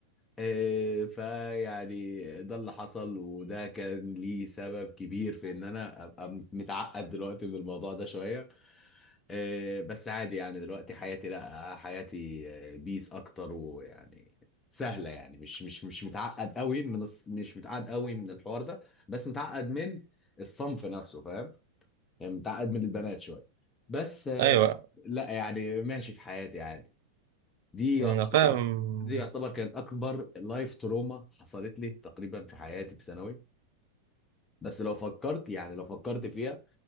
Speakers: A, on the left; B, on the right.
A: إيه فيعني ده اللي حصل وده كان ليه سبب كبير في ان انا ابقى متعقد دلوقتي من الموضوع ده شوية إيه بس عادي يعني دلوقتي حياتي لا حياتي آه، بيس اكتر ويعني سهلة يعني مش مش مش متعقد قوي من الص- مش متعقد قوي من الحوار ده بس متعقد من الصنف نفسه فاهم يعني متعقد من البنات شويه بس آه،
B: أيوه
A: لا يعني ماشي في حياتي عادي دي يعتبر
B: أنا فاهم
A: دي يعتبر كانت اكبر لايف تروما حصلت لي تقريبا في حياتي في ثانوي بس لو فكرت يعني لو فكرت فيها